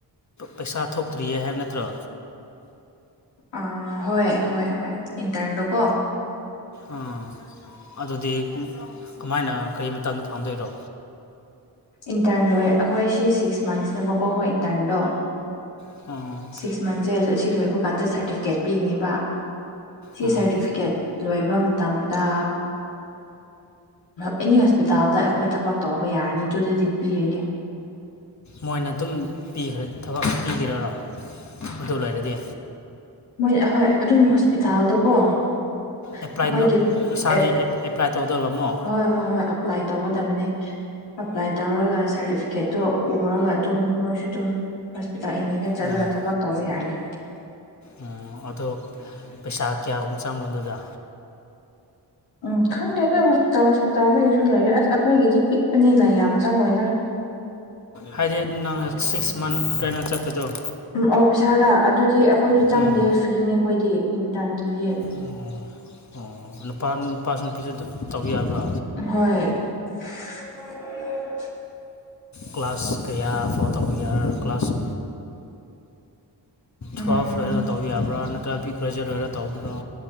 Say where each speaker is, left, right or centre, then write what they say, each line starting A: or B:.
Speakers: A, on the left (about 40°); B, on the left (about 85°).
A: ꯄꯩꯁꯥ ꯊꯣꯛꯇ꯭ꯔꯤꯌꯦ ꯍꯥꯏꯕ ꯅꯠꯇ꯭ꯔꯣ?
B: ꯑꯥ ꯍꯣꯏ ꯍꯣꯏ ꯍꯣꯏ ꯏꯟꯇꯔꯟꯗꯣ ꯀꯣ꯫
A: ꯑꯥ ꯑꯗꯨꯗꯤ ꯀꯃꯥꯏꯅ ꯀꯔꯤ ꯃꯇꯝꯗ ꯐꯪꯗꯣꯏꯔꯣ?
B: ꯏꯟꯇꯔꯟ ꯂꯣꯏ ꯑꯩꯈꯣꯏ ꯁꯤ ꯁꯤꯛꯁ ꯃꯟꯁꯅꯦꯕꯀꯣ ꯑꯩꯈꯣꯏ ꯏꯟꯇꯔꯟꯗꯣ꯫
A: <unintelligible>
B: ꯁꯤꯛꯁ ꯃꯟꯁꯦ ꯑꯁꯤ ꯂꯣꯏꯕ ꯀꯥꯟꯗ ꯁꯥꯔꯇꯤꯐꯤꯀꯦꯠ ꯄꯤꯒꯅꯦꯕ ꯁꯤ
A: ꯎꯝ
B: ꯁꯥꯔꯇꯤꯐꯤꯀꯦꯠ, ꯂꯣꯏꯕ ꯃꯇꯝꯗ ꯑꯦꯅꯤ ꯍꯣꯁꯄꯤꯇꯥꯜꯗ ꯑꯩꯈꯣꯏ ꯊꯕꯛ ꯇꯧꯕ ꯌꯥꯔꯅꯤ ꯑꯗꯨꯗꯗꯤ ꯄꯤꯔꯤꯅꯤ꯫
A: ꯃꯣꯏꯅ ꯑꯗꯨꯝ ꯄꯤꯈ꯭ꯔꯦ, ꯊꯕꯛ ꯄꯤꯒꯔꯔꯣ ꯑꯗꯨ ꯂꫭꯏꯔꯗꯤ?
B: ꯃꯣꯏ ꯑꯍꯣꯏ ꯑꯗꯨꯝ ꯍꯣꯁꯄꯤꯇꯥꯜꯗꯣ ꯀꯣ ꯑꯩꯈꯣꯏꯒꯤ,
A: ꯑꯦꯄ꯭ꯂꯥꯏ ꯏꯁꯥꯅ
B: ꯑꯦ
A: ꯑꯦꯄ꯭ꯂꯥꯏ ꯇꯧꯗꯕ ꯑꯃꯣ?
B: ꯍꯣꯏ ꯍꯣꯏ ꯍꯣꯏ ꯑꯦꯄ꯭ꯂꯥꯏ ꯇꯧꯒꯗꯕꯅꯤ꯫ ꯑꯦꯄ꯭ꯂꯥꯏ ꯇꯧꯔꯒ ꯁꯥꯔꯇꯤꯐꯤꯀꯦꯠꯇꯣ ꯎꯔꯒ ꯑꯗꯨꯝ ꯃꯣꯏꯁꯨ ꯑꯗꯨꯝ꯫ ꯍꯣꯁꯄꯤꯇꯥꯜ ꯏꯅꯤꯗ ꯆꯠꯂꯒ
A: ꯎꯝ
B: ꯊꯕꯛ ꯇꯧꯕ ꯌꯥꯔꯅꯤ꯫
A: ꯎꯝ ꯑꯗꯣ, ꯄꯩꯁꯥ ꯀꯌꯥꯒꯨꯝ ꯆꯪꯕꯅꫭ ꯗꯨꯗ?
B: ꯎꯝ ꯈꯪꯗꯦꯗ ꯍꯣꯁꯄꯤꯇꯥꯜ ꯍꯣꯁꯄꯤꯇꯥꯜꯗꯁꯨ ꯂꯩꯔꯦ ꯑꯁ ꯑꯩꯈꯣꯏꯒꯤꯗꯤ ꯄꯤꯛꯄꯅꯤꯅ ꯌꯥꯝ ꯆꯪꯉꯣꯏꯗ꯫
A: ꯍꯥꯏꯗꯤ ꯅꯪ ꯁꯤꯛꯁ ꯃꯟꯠ ꯀꯩꯅ ꯆꯠꯄꯗꫭ꯫
B: ꯎꯝ ꯑꯣ ꯄꯩꯁꯥꯔꯥ ꯑꯗꯨꯗꯤ ꯑꯩꯈꯣꯏꯗꯤ ꯆꯪꯗꯦ
A: ꯎꯝ
B: ꯐ꯭ꯔꯤꯅꯦ ꯑꯩꯈꯣꯏꯗꯤ ꯏꯟꯇꯔꯟꯗꯤ꯫
A: ꯑꯣ ꯑꯣ ꯅꯨꯄꯥ ꯅꯨꯄꯥꯁꯨ ꯅꯨꯄꯤꯁꯨ ꯑꯗꯨ ꯇꯧꯕ ꯌꯥꯕ꯭ꯔꯣ?
B: ꯍꯣꯏ꯫ <inaudible>
A: ꯀ꯭ꯂꯥꯁ ꯀꯌꯥ ꯐꯥꯎ ꯇꯧꯕ ꯌꯥ ꯀ꯭ꯂꯥꯁ,
B: ꯎꯝ
A: ꯇ꯭ꯌꯦꯜꯐ ꯂꯣꯏꯔꯒ ꯇꯧꯕ ꯌꯥꯕ꯭ꯔꯥ, ꯅꯠꯇ꯭ꯔꯒ ꯒ꯭ꯔꯦꯖꯨꯋꯦꯠ ꯂꯣꯏꯔꯒ ꯇꯧꯕꯤꯔꯣ꯫